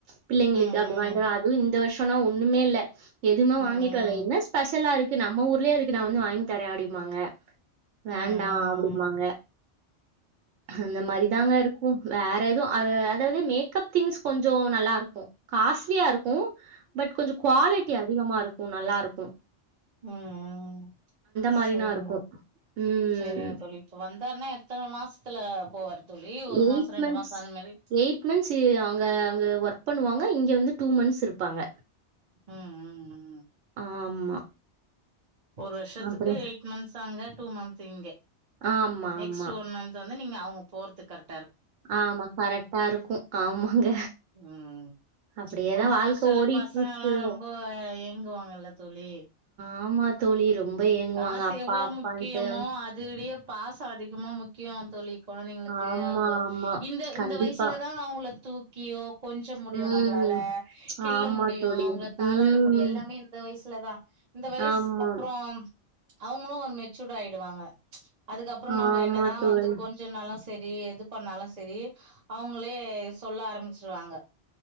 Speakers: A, on the right (about 85°); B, on the right (about 45°).
A: பிள்ளைங்களுக்கு
B: ம் ம்
A: அப்படி வாங்கிட்டு வா அதுவும் இத்தனவருஷம்னா ஒன்னுமே இல்ல எதுவுமே
B: ம் ம் ம் ம் ம் ம்
A: வாங்கிட்டு வர்ல என்னா ஸ்பெஷலா இருக் நம்ம ஊர்லயே அதுக்கு நான் வந்து வாங்கி தரேன் அப்டின்பாங்க
B: ம்
A: வேண்டாம் அப்டின்பாங்க
B: ம்
A: அந்த மாரி தாங்க இருக்கும் வே எதும் அது அதாவது மேக்கப் திங்ஸ் கொஞ்சம் நல்லா இருக்கும் காஸ்ட்லியா இருக்கும் பட் கொஞ்சம் குவாலிட்டி அதிகமா இருக் கும் நல்லா இருக்கும்
B: ம் ம் ம்
A: மாரினா
B: செரிங்க
A: இருக்கு ம்
B: செரிங்க தோழி இப்ப வந்தாருன்னா எத்தன மா துல போவாரு தோழி ஒரு
A: எயிட்
B: மாசோ ரெண்டு
A: மந்த்ஸ்
B: மாசோ அந்த மாரி
A: எயிட் மந்த்ஸ் அங்க அங்க ஒர்க் பண்ணுவாங்க இங்க வந்து டூ மந்த்ஸ் இருப்பாங்க
B: ம் ம் ம்
A: ஆமா
B: ஒரு வருஷத்துக்கு
A: அப்படி
B: எயிட் மந்த்ஸ் அங்க டூ மந்த் இங்க
A: ஆமா
B: நெக்ஸ்ட்
A: ஆமா
B: ஒன் மன்த் வந்து நீங்க அவுங் போறது கரெக்ட்
A: ஆமா கரெக்டா இருக்கு ஆமாங்க
B: ம்
A: அப்படியேதா
B: ரொம்ப
A: வாழ்க்க
B: கஷ்டோ இல்ல
A: ஓடிட்டு
B: பசங்க
A: இருக்கு
B: எல்லா ரொம்ப ஏங்குவாங்கல்ல தோழி
A: ஆமா தோழி ரொம்ப ஏங்குவாங்க
B: காசு
A: அப்பா
B: எவ்வளவு
A: அப்பான்ட்டு
B: முக்கியமோ அதோடே பாசோ அதிகமா முக்கிய கியா தோழி கொழந்தைங்களுக்கு
A: ஆமா
B: அவங்க
A: ஆமா
B: இந்த
A: கண்டிப்பா
B: இந்த வயசுல தா அவங்கள தூக் கியோ கொஞ்ச முடியு
A: ம்
B: நம்ம அவங்களால கிள்ள
A: ஆமா
B: முடியு
A: தோழி
B: அவங்கள தாலாட்ட
A: ம்
B: முடியு எல்லாமே இந்த வயசு லதா இந்த வயசுக்கு
A: ஆமா
B: அப்புறோ அவங்களு ஒரு மெச்சூர்ட் ஆயிடுவாங்க அதுக்கப்புறோ நம்ப
A: ஆமா
B: என்னதா
A: தோழி
B: வந்து கொஞ்சநாளா சரி எது பண்ணாலு சரி அவங்களே சொல்ல ஆரம்பிச்சிருவாங்க